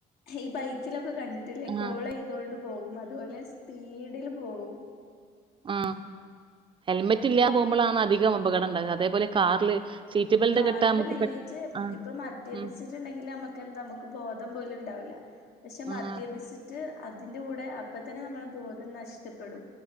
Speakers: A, on the left (about 75°); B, on the right (about 30°).
A: ഈ ബൈക്കിലൊ കണ്ടിട്ടില്ലേ
B: ആഹ്
A: കോള ഇതുകൊണ്ട് പോകും അതുപോലെ സ്പീഡിൽ പോവും
B: ആ ഹെൽമെറ്റ് ഇല്ലാ പോവുമ്പളാണ് അധികം അപകടംണ്ടാകുക അതേപോലെ കാറില് സീറ്റ് ബെൽറ്റ്
A: കാറില്
B: കെട്ടാ നമുക്ക്
A: മെയിനായിട്ട്
B: പെ ആഹ്
A: ഇപ്പൊ മദ്യപിച്ചിട്ട്
B: ഉം
A: ണ്ടെങ്കിൽ നമുക്കെന്താ നമുക്ക് ബോധം പോലും ഉണ്ടാവില്ല പക്ഷെ മദ്യപിച്ചിട്ട്
B: ആഹ്
A: അതിന്റെ കൂടെ അപ്പ തന്നെ നമ്മളെ ബോധം നഷ്ടപ്പെടും